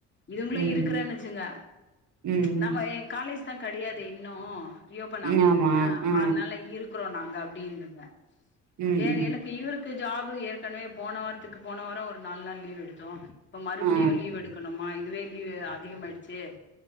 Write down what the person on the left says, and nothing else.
இதுங்குளு
இருக்கறேன்னச்சுங்க
நம்ம எ காலேஜ் தா கெடியாது இன்னு ரியோப்பன் ஆகல
இல்லயா
அத்னால இருக்குறோ நாங்க அப்டின்றத
ஏ
எனக்கு இருக் கு ஜாபு ஏற்கனவே போன வாரத்துக்கு போன வாரோ ஒரு நால் நாள் லீவ் எடுத்தோ ப்போ மறுபுடியு
லீவ் எடுக் கனுமா இதுவே லீ்வு அதிகமாய்டுச்சு